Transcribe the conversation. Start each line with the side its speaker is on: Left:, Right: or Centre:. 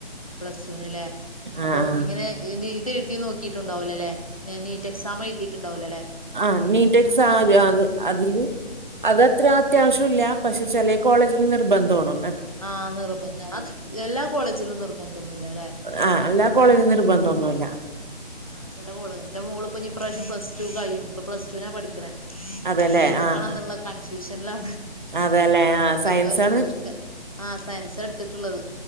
Left: പ്ലസ്ടു നല്ലേ അപ്പം
Right: ആഹ്
Left: ഇങ്ങനെ ഇത് എഴുതി നോക്കിയിട്ടുണ്ടാവലോ അല്ലെ നീറ്റ് എക്സാം എഴുതിയിട്ടുണ്ടാവലോ അല്ലെ
Right: ആഹ നീറ്റ് എക്സാ അത് അതില് അത്ത്ര അത്യാവശ്യംല്ല പക്ഷെ ചെലേ കോളേജില് നിർബന്ധആണ്
Left: ആ നിർബന്ധാണ് അത് എല്ലാ കോളേജിലും നിർബന്ധൊന്നുല്ല ല്ലേ
Right: ആ എല്ലാ കോളേജും നിർബന്ധോന്നുല്ല
Left: ആ ചെല കോളജു ന്റെ മോൾപ്പഞ്ഞ് ഇപ്രാവശം പ്ലസ് ടു കയ്യും ഇപ്പ പ്ലസ് ടു നാ പഠിക്കണേ
Right: അതെല്ലേ
Left: അപ്പൊന്തെടുക്കണംന്ന്ള്ള
Right: ആഹ്
Left: കൺഫ്യൂഷനിലാ
Right: അതെല്ലേ ആഹ് സയൻസാണ്
Left: അപ്പൊ ചോയിക്ക ആഹ് സയൻസടുത്തിട്ടുള്ളത്